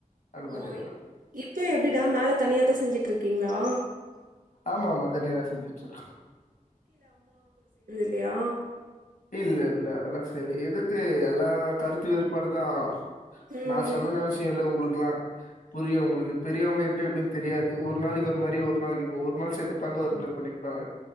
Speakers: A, on the left; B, on the right.
A: அந்த மாதிரி
B: ஓய்
A: அதெல்லாம்
B: இப்போ எப்டிடா மேல தனியா தா செஞ்சுட்ருக் கீங்ளா
A: ஆமா ஆமா தனியா தா செஞ்சுட்ருக்கோ
B: ப்பயா
A: இல்ல இல்ல அதெல்லா <unintelligible> எதுக்கு எல்லா கருத்து வேறுபாடுதா
B: ம்
A: நா சொல்லனு
B: ம்
A: அவசியில்ல உங்ளுக் மா புரியு ஒங்களுக்கு பெரியவங்க எப்டி அப்டின்னு தெரியாது ஒரு நாளைக்கு ஒரு மாறி ஒரு நாளைக்கு ஒரு நாள் சேத்துப்பாங்க ஒரு நாளைக்கு பண்ணிப்பாங்க